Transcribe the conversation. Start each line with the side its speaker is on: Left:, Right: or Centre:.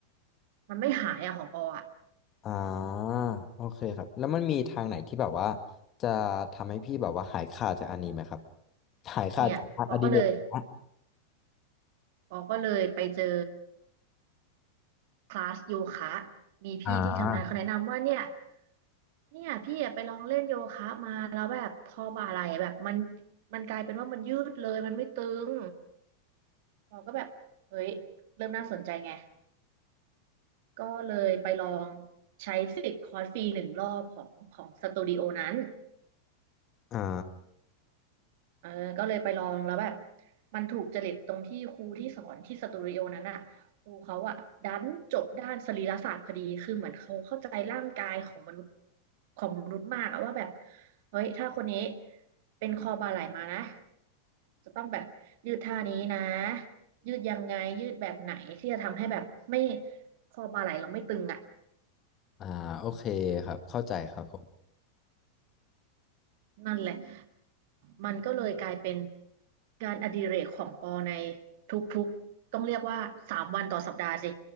Right: มันไม่หายอะของปออ่ะ
Left: อ่าโอเคครับแล้วมันมีทางไหนที่แบบว่าจะทำให้พี่แบบว่าหายขาดจากอันนี้ไหมครับหายขาดจากงานอดิเรกนะ
Right: เนี่ยปอก็เลยปอก็เลยไปเจอคลาสโยคะมีพี่ที่ทำงานเขาแนะนำว่าเนี่ย
Left: อ่า
Right: เนี่ยพี่อะไปลองเล่นโยคะมาแล้วแบบพอบ่าไหล่แบบมันมันกลายเป็นว่ามันยืดเลยมันไม่ตึงเราก็แบบเฮ้ยเริ่มน่าสนใจไงก็เลยไปลองใช้สิทธิ์คอร์สฟรีหนึ่งรอบของของสตูดิโอนั้น
Left: อ่า
Right: เออก็เลยไปลองแล้วแบบมันถูกจริตตรงที่ครูที่สอนที่สตูดิโอนั้นอ่ะครูเขาอ่ะดันจบด้านสรีรศาสตร์พอดีคือเหมือนเขาเข้าใจร่างกายของมนุษย์ของมนุษย์มากอะว่าแบบเฮ้ยถ้าคนนี้เป็นคอบ่าไหล่มานะจะต้องแบบยืดท่านี้นะยืดยังไงยืดแบบไหนที่จะทำให้แบบไม่คอบ่าไหล่เราไม่ตึงอ่ะ
Left: อ่าโอเคครับเข้าใจครับผม
Right: นั่นแหละ มันก็เลยกลายเป็นงานอดิเรกของปอในทุกๆต้องเรียกว่าสามวันต่อสัปดาห์สิ